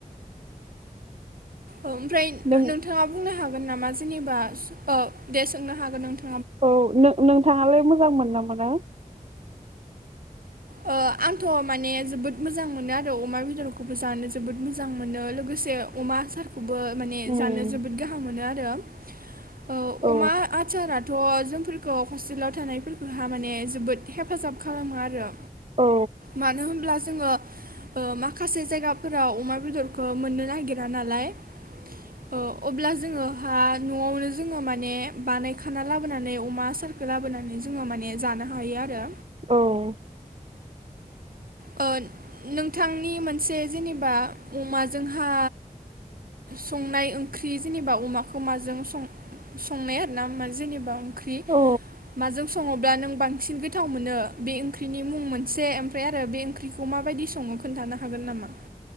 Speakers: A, on the right; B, on the right.
A: ओमफ्राय
B: नों
A: नोंथाङा बुंनो हाग हागोंन नामा जेनेबा ओ दे सोंनो हागोन नोंथां
B: औ नों-नोंथाङालाय मोजां मोनना मोना
A: ओ आंथ माने जोबोद मोजां मोनो आरो अमा बेदरखौबो जानो जोबोद मोजां मोनो लोगोसे अमा सार खौबो माने
B: उम
A: जानो जोबोद गाहाम मोनोआर आरो ओ
B: औ
A: अमा आसारा थ जोंफोरखौ हस्टेलाव थानायफोरखौहा माने जोबोद हेफाजाब खालामो आरो
B: औ
A: मानो होनब्ला जोङो ओ माखासे जायगाफोराव अमा बेदरखौ मोननो नागिरा नालाय ओ अब्ला ज जोङो हा नआवनो जोङो माने बानायखाना लाबोनानै अमा आस आसारखौ लाबोनानै जोङो माने जानो हायो आरो
B: औ।
A: ओ नोंथांनि मोनसे जेनेबा अमाजोंहा संनाय ओंख्रि जेनेबा अमाखौ माजों सं-संनाय आरो ना जेनेबा। ख्रि
B: औ
A: माजों सङोब्ला नों बांसिन गोथाव मोनो बे ओंख्रिनि मुं मोनसे ओमफ्राय आरो। आरो बे ओंख्रिखौ माबायदि संङो खोन्थानो हागोन नामा?